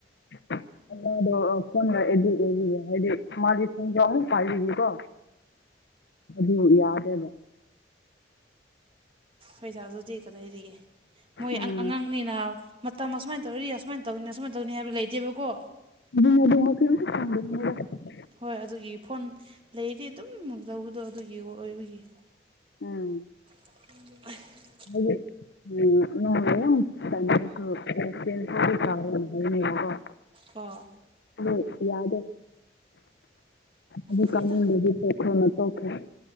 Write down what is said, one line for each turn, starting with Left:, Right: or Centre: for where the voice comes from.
Left: <inaudible> ꯑꯗꯨꯗꯣ ꯐꯣꯟꯗ ꯑꯦꯗꯤꯛ ꯑꯣꯏꯈꯤꯕꯒꯤ ꯍꯥꯏꯗꯤ ꯃꯥꯗꯤ ꯐꯣꯟꯗ ꯑꯗꯨ ꯄꯥꯏꯒꯤꯕꯒꯤꯀꯣ ꯑꯗꯨ ꯌꯥꯗꯦꯕ
Right: ꯄꯩꯁꯥꯗꯨꯗꯤ ꯀꯗꯥꯏꯗꯒꯤ ꯃꯣꯏ
Left: ꯎꯝ
Right: ꯑꯉꯥꯡꯅꯤꯅ ꯃꯇꯝ ꯑꯁꯨꯃꯥꯏꯅ ꯇꯧꯔꯗꯤ ꯑꯁꯨꯃꯥꯏꯅ ꯇꯧꯒꯅꯤ ꯑꯁꯨꯃꯥꯏꯅ ꯇꯧꯒꯅꯤ ꯍꯥꯏꯕ ꯂꯩꯇꯦꯕꯀꯣ
Left: <unintelligible>
Right: ꯍꯣꯏ ꯑꯗꯨꯒꯤ ꯐꯣꯟ ꯂꯩꯔꯗꯤ ꯑꯗꯨꯝ ꯇꯧꯕꯗꯣ ꯑꯗꯨꯒꯤ ꯑꯣꯏꯕꯒꯤ
Left: ꯎꯝ
Right: <unintelligible>
Left: <unintelligible> <unintelligible>
Right: ꯑꯣ
Left: ꯑꯗꯨ ꯌꯥꯗꯦ ꯑꯗꯨ
Right: ꯍꯨꯏꯗ
Left: <unintelligible>